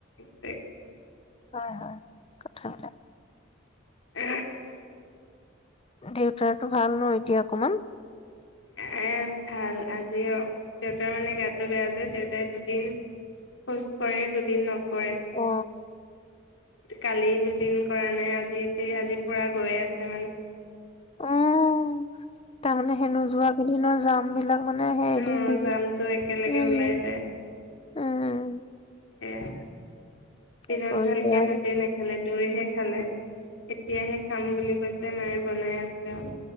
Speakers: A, on the left; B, on the left.
A: এক
B: হয় হয় কথািল
A: আহ
B: দেউতো ভাল ন এতিয়া অকমান?
A: আহ ভাল আজ যি দেউতাৰ মানে গাতটো বেয়া যে দেউতাই দুদিন খোজ কৰেঢ় দুদিন ন কৰে
B: অ
A: কালি দুদিন কৰা নাই আজি আজি পুৰা গৈয়ে আছে মানে
B: অ তাৰমানমানে হেনো যোৱ কেইদিনৰ জাম বিলাক মানে সেই এদিন
A: অ
B: দুদিন
A: যাম ো একেলগে
B: উম
A: ওলাই যায়
B: উম
A: সয়াাই
B: কি
A: দিনত
B: কৰিবা
A: ভালকে ভাতে নেখালে দৈহে খালে এতিয়াহে খাম বুলি কৈছে মায়ে বনাই আছে আৰু